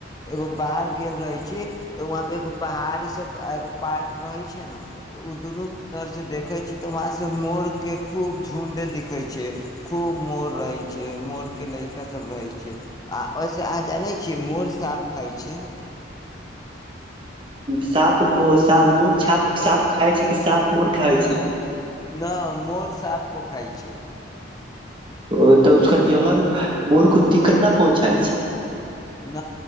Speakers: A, on the left; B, on the right.
A: एगो बाहर गेल रहे छी तऽ वहां पे एगो पहाड़ी सब एगो पार्क रहे छै न त ओ दुनू तरसँ देखै छै। तऽ वहाँ से मोरके खूब झुण्ड दिखै छै। खूब मोर रहै छै। मोरके ल‌इका सब रहै छै। आ ओहिसे अहाँ जानै छियै मोर साप खाइ छै
B: साप मो सा मोड़ छाप साप खाय छै कि साप मोड़ खाय छै।
A: न मोर साप को खाय छै
B: ओ तऽ उसका जहर मोर को दिक्कत न पहुँचाए छै।
A: न